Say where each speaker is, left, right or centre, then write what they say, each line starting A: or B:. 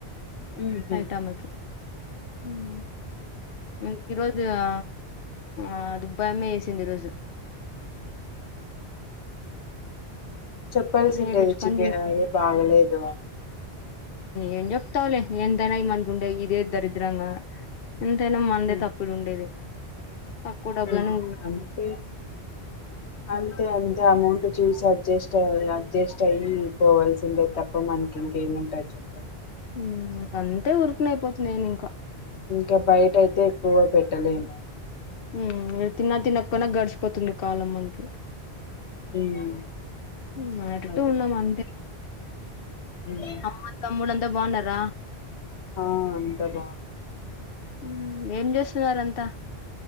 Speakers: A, on the left; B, on the left.
A: ఉహు
B: నైయిట్ ఆమెకి హు హ్మ్మ్ ఇంక ఈరోజు ఆ ఆ దుబ్బాయమ్మే వేసింది ఈరోజు
A: చెప్పల్సి
B: వేపించుకొని
A: ఇది చికన్
B: తిన్న
A: అ బాగా లేదు
B: ఏం చెప్తావలే ఎంత అయిన ఈ మనకుండేయి ఇదే దరిద్రంగా ఎంతైనా మనదే
A: ఉమ్
B: తప్పుడు ఉండేది తక్కువ డబ్బులని
A: ఉమ్ అంతే అంతే అంతే అమౌ చూసి అడ్జస్ట్ అవ్వాలి అడ్జస్ట్ అయ్యి పోవాల్సి ఉందే తప్ పొ మనకి ఇంకేమి ఉంటాయి చెప్పి
B: హ్మ్మ్ ఇక అంతే ఉరుకునెపోతుంది నేను ఇంకా
A: ఇంకా బయట అయితే ఎక్కువ గా పెట్టలేము
B: ఉమ్ తిన్న తిన్నకపోయిన గడ్శిపోతోందిగి కాలం అంతె
A: ఉమ్
B: హ్మ్మ్ అటుటు
A: అదే
B: ఉన్నామంతే
A: ఉమ్
B: అమ్మ తమ్ముడంత అంత బాగున్నార
A: ఆ అంతా బాగుంది
B: ఊ ఏం చేస్తున్నారంతా